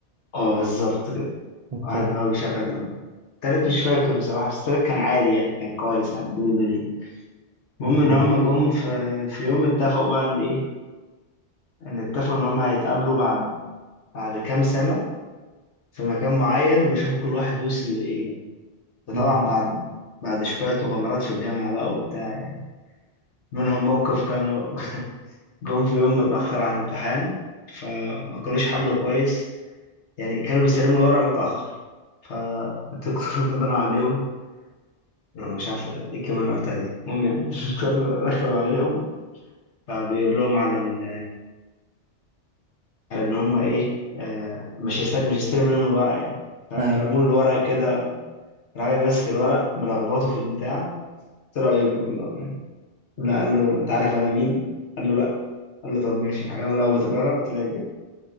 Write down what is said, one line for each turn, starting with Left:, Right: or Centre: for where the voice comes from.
Left: اه بالظبط كده
Right: والتالت
Left: واحد دماغه بيشغل دماغه التالت مش فاكر بصراحة بس التالت كان عادي يعني كان كويس عادي بني بني المهم
Right: كان
Left: إن
Right: فاضي.
Left: هما جم في في يوم اتفقوا بقى إن إيه إن اتفقوا إن هما هيتقابلوا بعد بعد كام سنة في مكان معين ويشوفوا كل واحد وصل لإيه يعني ده طبعا
Right: أمم،
Left: بعد بعد شوية مغامرات في الجامعة بقى وبتاع يعني منهم موقف كانوا <laughs> جم في يوم متأخر عن امتحان فما كانوش حلوا كويس يعني كانوا بيستلموا الورق متأخر فالدكتور <laughs> بدنا عليهم انا مش عارف ايه الكلمه اللي قلتها دي المهم يعني <laughs> الدكتور رخم عليهم فبيقول لهم على ال... على ان هم ايه آه مش هيستلم مش هيستلم منهم الورق يعني فرموا
Right: ايوه
Left: له الورق كده راجل ماسك الورق ملخبطه في البتاع طلعوا يجروا كلهم يعني لا قال له انت عارف انا مين قال له لا قال له طب ماشي راح جاي ملخبط الورق طلع يجري